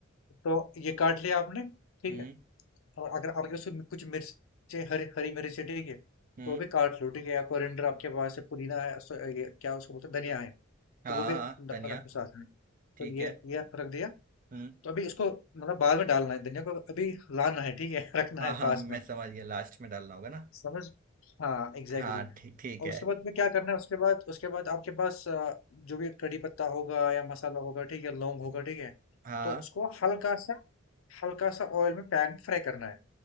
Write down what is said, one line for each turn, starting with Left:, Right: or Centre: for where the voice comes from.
Left: तो ये काट लिया आपने ठीक
Right: हम्म
Left: है और अगर आपके पास उसमें कुछ मिर्ची हरी हरी मिर्च है ठीक है तो
Right: हम्म
Left: वो भी काट लो ठीक है या कोरिएंडर आपके पास है पुदीना है सो- ये क्या उसको बोलते हैं धनिया है
Right: हाँ
Left: तो वो भी
Right: हाँ,
Left: ड-
Right: धनिया
Left: रख दो साथ में तो
Right: ठीक
Left: ये
Right: है
Left: ये रख दिया
Right: हम्म
Left: तो अभी इसको मतलब बाद में डालना है धनिया को अभी लाना है ठीक है <laughs> रखना
Right: हाँ
Left: है
Right: हाँ
Left: पास
Right: मैं
Left: में
Right: समझ गया लास्ट में डालना होगा ना
Left: समझ हाँ एग्जैक्टली
Right: हाँ ठीक ठीक
Left: और
Right: है
Left: उसके बाद में क्या करना है उसके बाद उसके बाद आपके पास अ, जो भी कड़ी पत्ता होगा या मसाला होगा ठीक है लौंग होगा ठीक है
Right: हाँ
Left: तो उसको हल्का सा हल्का सा ऑयल में पैन फ्राई करना है